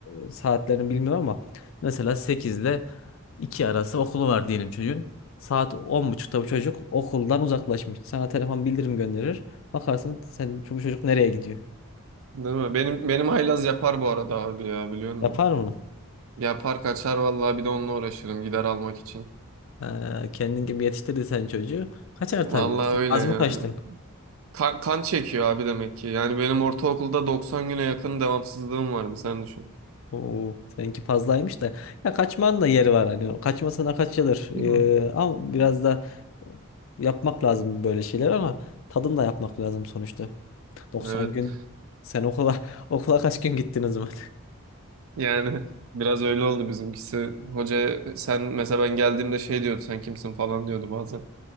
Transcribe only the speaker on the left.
e, saatlerini bilmiyorum ama mesela 8 ile 2 arası okulu var diyelim çocuğun. Saat 10.30'da bu çocuk okuldan uzaklaşmış. Sana telefon bildirim gönderir. Bakarsın sen bu çocuk nereye gidiyor?
Yapar mı?
Ee, kendin gibi yetiştirdin sen çocuğu. Kaçar
tabii. Sen
az
mı kaçtın?
Oo, seninki fazlaymış da. Ya kaçmanın da yeri var hani. Kaçmasına kaçılır. Ee,
ama biraz da yapmak lazım böyle şeyler ama tadını da yapmak lazım sonuçta. 90
gün sen okula <laughs> okula kaç gün gittin o zaman?